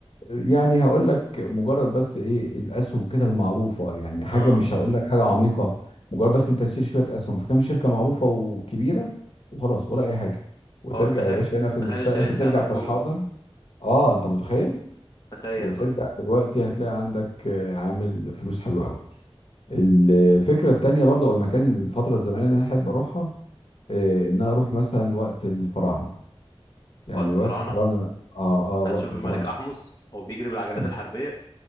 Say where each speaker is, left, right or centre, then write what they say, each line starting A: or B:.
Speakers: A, on the left (about 70°); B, on the left (about 35°).
A: يعني هقول لك مجرد بس ايه الاسهم كده المعروفه يعني حاجه
B: اه
A: مش هقول لك حاجه عميقه مجرد بس انت تشتري شويه اسهم في كام شركه معروفه وكبيره وخلاص ولا اي حاجه وترجع
B: اه تخيل
A: يا باشا هنا في المستقبل
B: تخيل اشتريت سهم
A: <laughs> ترجع في
B: في جوجل
A: الحاضر اه انت متخيل
B: تخيل
A: وترجع
B: بقى
A: دلوقتي هتلاقي عندك آه، عامل فلوس حلوة قوي الفكرة التانية برضه أو المكان الفترة الزمنية اللي أنا أحب أروحها آه، إن أنا أروح مثلا وقت الفراعنة يعني
B: وقت فراعنة
A: وقت الفراعنة آه آه وقت
B: هتشوف
A: الفراعنة
B: الملك احمس هو بيجري بالعجلات
A: <laughs>
B: الحربية